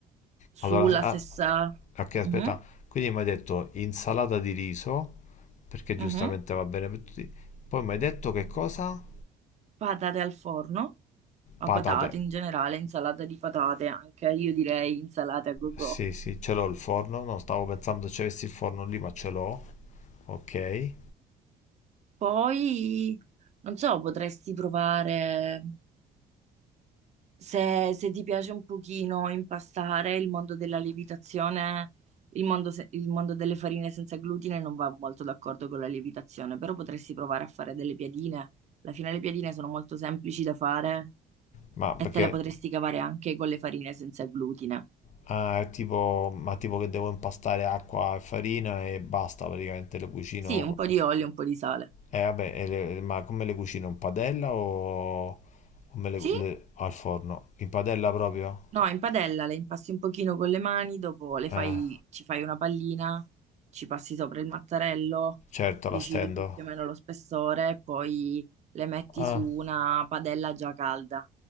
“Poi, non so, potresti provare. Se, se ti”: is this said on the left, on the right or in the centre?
Right